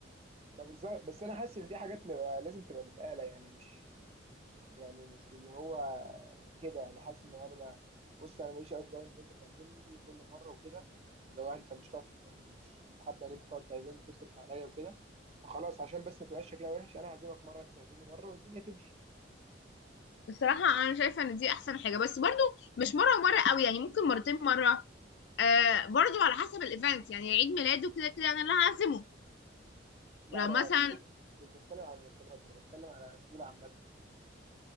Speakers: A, on the right; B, on the left.
A: ما بالظبط بس انا حاسس ان دي حاجات تبقى لازم تبقى متقاله يعني مش يعني مش اللي هو كده يعني حاسس ان هو انا بقى بص انا ماليش قوي في جو ان انت تعزمني كل مره وكده اللي هو انت مش طاط يعني مش مش حابه ان انت تقعد تعزمني وتصرف عليا وكده فخلاص عشان بس ما تبقاش شكلها وحش انا هعزمك مره انت تعزمني مره والدنيا تمشي
B: بصراحه انا شايفه ان دي احسن حاجه بس برضو مش مره ومره قوي يعني ممكن مرتين مره آه برضو على حسب الايفنت يعني عيد ميلاده كده كده انا اللي هعزمه
A: لا
B: لو
A: انا
B: مثلا
A: سيبك مش بتكلم على مناسبات انا بتكلم على نزول عامه